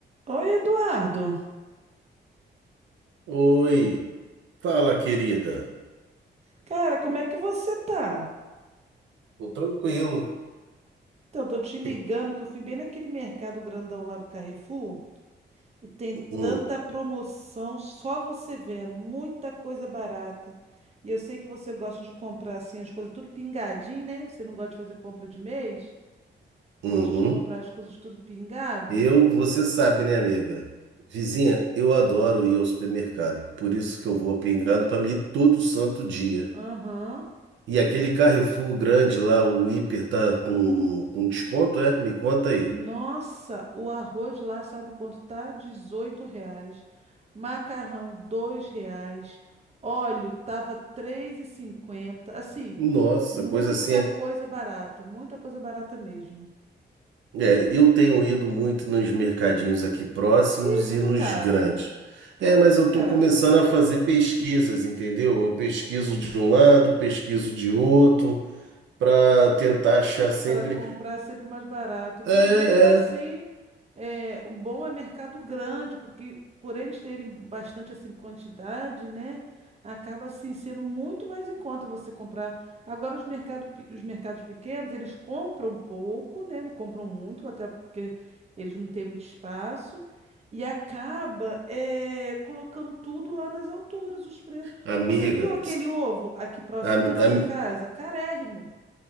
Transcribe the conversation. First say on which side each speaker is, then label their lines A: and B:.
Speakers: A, on the right (about 35°); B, on the right (about 85°).
A: Oi, Eduardo.
B: Oi, fala, querida.
A: Cara, como é que você tá?
B: Tô tranquilo.
A: Então, tô te ligando
B: Que-
A: que eu fui bem naquele mercado grandão lá do Carrefour e tem
B: Hum,
A: tanta promoção, só você vendo, muita coisa barata. E eu sei que você gosta de comprar assim as coisas tudo pingadinho, né? Você não gosta de fazer compra de mês?
B: uhum.
A: Gosta de comprar as coisas tudo pingado?
B: Eu, você sabe, né, amiga? Vizinha, eu adoro ir ao supermercado, por isso que eu vou a Pingado para mim ir todo santo dia.
A: Aham.
B: E aquele Carrefour grande lá, o hiper tá com, com desconto, é? Me conta aí.
A: Nossa, o arroz lá sabe quanto tá? 18 reais. Macarrão, 2 reais. Óleo tava três e cinquenta. Assim,
B: Nossa,
A: muita
B: coisa assim.
A: coisa barata, muita coisa barata mesmo.
B: É, eu tenho ido muito nos mercadinhos aqui próximos
A: E tudo
B: e nos
A: caro,
B: grandes.
A: tudo
B: É, mas
A: muito
B: eu estou
A: caro.
B: começando a fazer pesquisas, entendeu? Eu pesquiso de um lado, pesquiso de outro, para tentar achar sempre.
A: para comprar é sempre mais barato, né?
B: É,
A: Mas mesmo assim,
B: é,
A: é, o bom é mercado grande, porque por eles terem bastante assim quantidade, né? Acaba assim sendo muito mais em conta você comprar. Agora os mercado, pe- os mercados pequenos, eles compram pouco, né? Não compram muito, até porque eles não têm muito espaço. E acaba é, colocando tudo lá nas alturas, os preços.
B: amiga.
A: Você viu aquele ovo aqui próximo
B: am-
A: da nossa
B: am-
A: casa? Carérrimo.